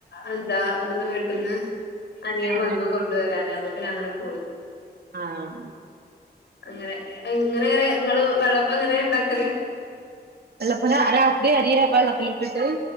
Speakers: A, on the left; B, on the right.
A: എന്താ ഇവിടുന്ന് വെ ട്ടന്ന് അനിയൻ വന്നു
B: ആഹ്
A: കൊണ്ടുവരാന് അപ്പ പിന്ന അങ്ങന പോയി.
B: ആഹ്
A: അങ്ങനെ എങ്ങനെണ് നിങ്ങള് വെള്ളപ്പ എങ്ങനെയ ഉണ്ടാക്കല്.
B: വെള്ളപ്പന രാത്രി അരിയ വെള്ളത്തിലിട്ടിട്ട്